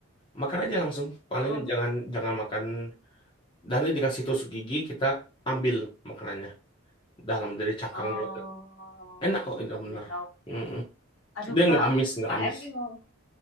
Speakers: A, on the left; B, on the left.
A: Makan aja langsung. Paling
B: Heeh.
A: jangan jangan makan dan ini dikasih tusuk gigi kita ambil makanannya dalam dari cangkangnya
B: Oh,
A: itu. Enak kok itu bener.
B: ya tahu.
A: Mm-mm.
B: Aduh,
A: Dia
B: Kak.
A: nggak amis, nggak
B: Kak
A: amis.
B: Em nih ngom-